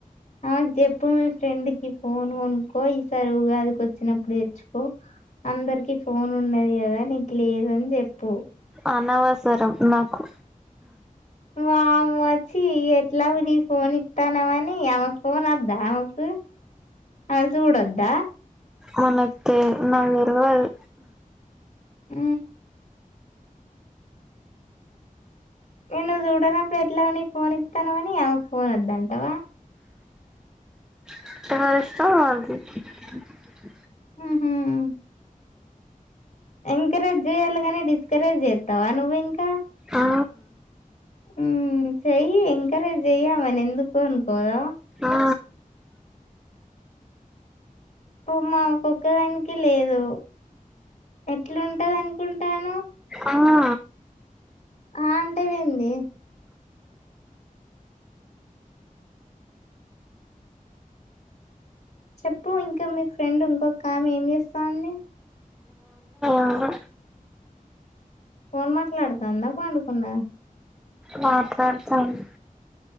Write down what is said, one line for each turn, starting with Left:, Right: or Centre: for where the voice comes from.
Left: ఆ చెప్పు మీ ఫ్రెండ్ కి ఫోన్ కొనుకో సారీ ఉగాదికి వచ్చినప్పుడు తెచ్చుకో అందరికి ఫోన్ ఉన్నది కదా నీకు లేదు అని చెప్పు
Centre: అనవసరం నాకు
Left: వామ్మో చి ఎట్లా ఉడి ఫోన్ ఇస్తానమని ఆమెకు ఫోన్ వద్దా ఆమెకు అది కూడా వద్ద
Centre: మనకి నక్ తెల్వద్
Left: హ్మ్ నిన్ను చూడనపుడు ఎట్లా అని ఫోన్ ఇతనవని ఆమెకు ఫోన్ వద్దంటావా
Centre: <unintelligible>
Left: హహ్మ్ ఎంకరేజ్ చేయ్యాలి కాని డిస్కరేజ్ చేత్తవ నువ్వు ఇంకా
Centre: ఆ
Left: హ్మ్ చేయ్ ఎంకరేజ్ చేయ్ ఆమెను ఎందుకు అనుకోదా
Centre: ఆ
Left: పాపం ఆమె కొక్కదానికి లేదు ఎట్లుంటది అనుకుంటాన్నావ్
Centre: ఆ ఆ
Left: ఆ అంటవెందీ చెప్పు ఇంకా మీ ఫ్రెండ్ ఇంకొకామె ఏం చేస్తాంది
Centre: ఎవరు
Left: ఫోన్ మాట్లాడతాందా పండుకుందా
Centre: మాట్లాడుతంది